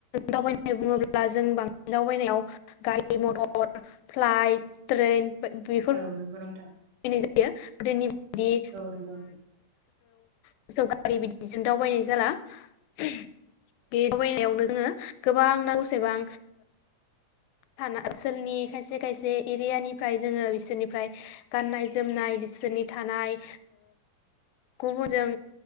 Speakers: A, on the left; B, on the right.
A: दावबायनानै बुङोब्ला जों बांसिन दावबायनायाव गारि मथर, फ्लाइट, ट्रेन बेफोर
B: औ
A: <unintelligible> <unintelligible>
B: नंगौ नोंथां
A: दि <unintelligible>
B: औ नंगौ नोंथां
A: <unintelligible> सौ गारि बिदिजों दावबायनाय जाला बे दावबायनायावनो जोङो गोबां नांगौ सेबां <unintelligible> ओनसोलनि खायसे खायसे एरियानिफ्राय जोङो बिसोरनिफ्राय गाननाय जोमनाय बिसोरनि थानाय गुबुनजों